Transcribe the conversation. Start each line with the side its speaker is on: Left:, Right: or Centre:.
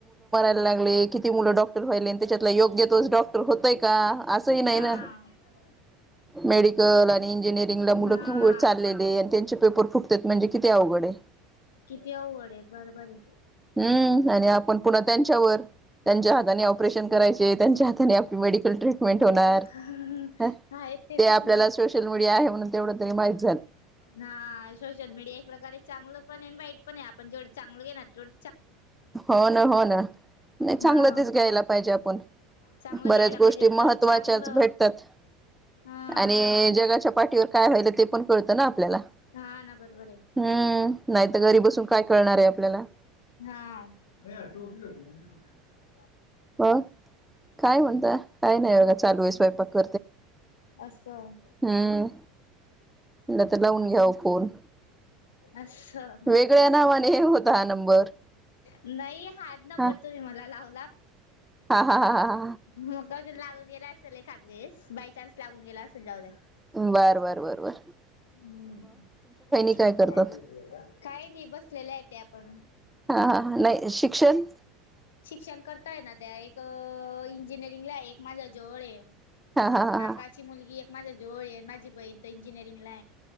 Centre: लाग किती मुलं डॉक्टर व्हायले त्याच्यात योग्य तोच डॉक्टर होतय का असंही नाही
Left: हा
Centre: ना मेडिकल आणि इंजिनिअरिंगला मुलंि
Left: हा
Centre: चाललेले आणि त्यांचे पेपर फुटतात म्हणजे कती्या अघडे
Left: किती वड आहेत बरं बरारी
Centre: हम्म आणि आपण पुन्हा त्यांच्यावर त्यांच्या हाताने ऑपरेशन करायचे त्यांच्या हाताने आपली मेडिकल ट्रीटमेंट होणार
Left: ते तर
Centre: ह ते
Left: आहेत तर
Centre: आपल्याला सोशल मीडिया आहे म्हणून तेवढं तरी माहिती
Left: ह सोशल मीडिया एक प्रकारे चांगलं पण आहे वाईट पण आहे आपण जेवढं चांगलं घेणार तेवढ
Centre: हो ना हो ना नाही चांगलं
Left: हा
Centre: तेच घ्यायला पाहिजे आपण
Left: चांगलं
Centre: बऱ्याच
Left: घ्यायला पाहिजे
Centre: गोष्टी महत्त्वाच्याच
Left: तर चांगलं
Centre: भेटतात
Left: हा
Centre: आणि जगाच्या पाठीवर काय व्हाय ते पण कळतं ना ल्या
Left: हा ना बरोबर आहे
Centre: हम्म नाही तर घरी बसून काय कळणार आहे आपल्याला
Left: अ चोप <unintelligible>
Centre: अ काय म्हणता काय नाही बघा चालू आहे स्वयंपाक
Left: असं
Centre: हम्म म्ह तर लावून घ्या न
Left: असं
Centre: वेगळ्या नावाने हे होता हा नंबर
Left: नाही हाच नंबर
Centre: हा
Left: तुम्ही मला लावला
Centre: हा हा हा हां
Left: मग अजून लागून गेला असेल एकाद्यावेळेस बाय चान्स लागून गेला असेल जावद्या
Centre: बार बार बर ब
Left: हम्म
Centre: काय करतात
Left: काही नाही बसलेले आहे ते आपण
Centre: हा हा हा नाही शिक्षण
Left: शिक्षण करताय ना त्या एक अ इंजिनिअरिंग ला आहे एक माझ्या जवळ आहे
Centre: हा हा हा
Left: काकाची मुलगी एक माझ्या जोळ यांनाजी पय इथ इंजियरीिंगला